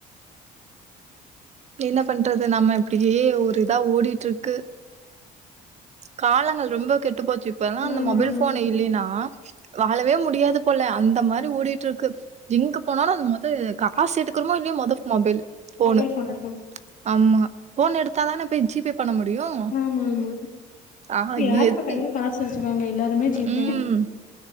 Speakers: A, on the right (about 40°); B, on the left (about 50°).
A: என்ன பண்றது நாம எப்படி ஒரு இதா ஓடிட்ருக்கு காலங்கள் ரொம்ப கெ செத்து போச்சு இப்ப எல்லா அந்த
B: ஆமா
A: மொபைல்
B: ஆமா
A: போன் இல்லினா வாலவே முடியாது போல அந்த மாதிரி ஓடிட்ருக்கு எங்க போனாலு அந்த மோத காசு எடுக்குறோமோ இல்லையே மொத மொபைளு போனு
B: மொபைல் ஃபோன் எடுத்தாங்க
A: ஆமா போன் எடுத்தாதானே போய் ஜிபே பண்ண முடியும்
B: ஆமா ஆமா
A: ஆ
B: இப்ப யாரு
A: எத்
B: இப்ப கையில காசு வச்சுக்காங்க எல்லாருமே ஜீப்பேன்
A: ம்.